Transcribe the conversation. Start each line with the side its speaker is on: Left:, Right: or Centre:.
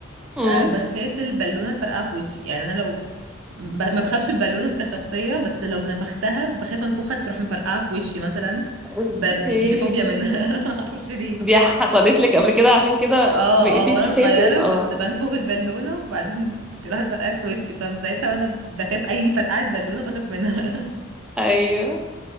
Centre: امم
Right: أه، بخاف
Centre: <laughs>
Right: البالونه تفرقع في وشي يعني انا لو ب- ما بخافش البالونه كشخصيه بس لو نفختها بخاف انفخها تروح مفرقعه في وشي مثلا
Centre: اوكي
Right: ب... بيجي لي فوبيا منها <laughs> ما اعرفش ليه
Centre: دي حصلت لك قبل كده عشان كده
Right: اه
Centre: بقيتي
Right: اه وانا
Centre: تخافي
Right: صغيره
Centre: <laughs> اه
Right: كنت بنفخ البالونه وبعدين راحت فرقعت في وشي فمن ساعتها وانا بخاف اي فرقعه بالونه بخاف منها <laughs>
Centre: ايوه